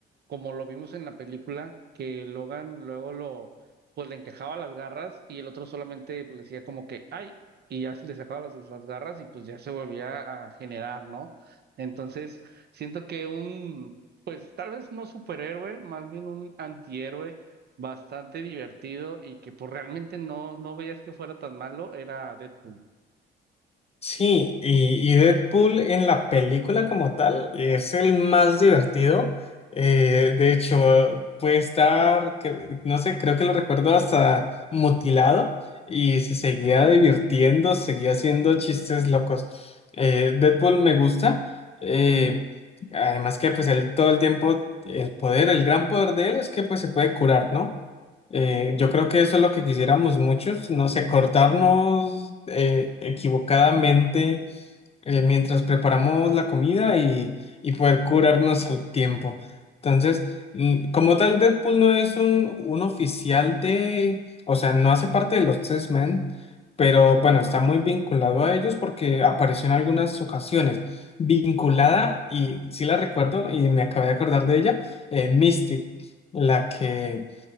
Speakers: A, on the right; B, on the left.
A: como lo vimos en la película, que Logan luego lo pues le encajaba las garras y el otro solamente pues, le decía como que, ay, y ya se le sacaba las, las garras y pues ya se volvía a generar, ¿no? Entonces, siento que un, pues tal vez no superhéroe, más bien un antihéroe bastante divertido y que pues realmente no, no veías que fuera tan malo, era Deadpool.
B: Sí, y, y Deadpool en la película como tal es el más divertido. Eh, de hecho, puede estar, cre- no sé, creo que lo recuerdo hasta mutilado y se seguía divirtiendo, seguía haciendo chistes locos. Eh, Deadpool me gusta. eh, además que pues él todo el tiempo, el poder, el gran poder de él es que pues se puede curar, ¿no? Eh, yo creo que eso es lo que quisiéramos muchos, no sé, cortarnos eh, equivocadamente eh, mientras preparamos la comida y, y poder curarnos al tiempo. Entonces, mm, como tal, Deadpool no es un, un oficial de, o sea, no hace parte de los Test Men, pero bueno, está muy vinculado a ellos porque apareció en algunas ocasiones. Vinculada, y sí la recuerdo y me acabé de acordar de ella, eh, Mystic, la que